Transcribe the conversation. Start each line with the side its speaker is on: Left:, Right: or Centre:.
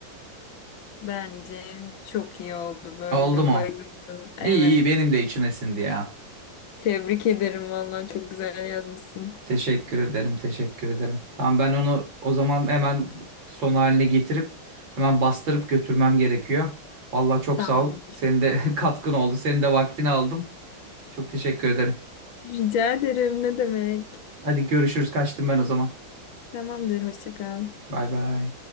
Left: Bence çok iyi oldu böyle
Right: Oldu mu?
Left: bayıldım. Evet.
Right: İyi iyi benim de içime sindi ya.
Left: Tebrik ederim vallahi çok güzel yazmışsın.
Right: Teşekkür ederim, teşekkür ederim. Tamam ben onu o zaman hemen son haline getirip hemen bastırıp götürmem gerekiyor. Vallahi çok
Left: Tamam.
Right: sağ ol. Senin de <laughs> katkın oldu. Senin de vaktini aldım. Çok teşekkür ederim.
Left: Rica ederim ne demek.
Right: Hadi görüşürüz. Kaçtım ben o zaman.
Left: Tamamdır hoşça kal.
Right: Bay bay.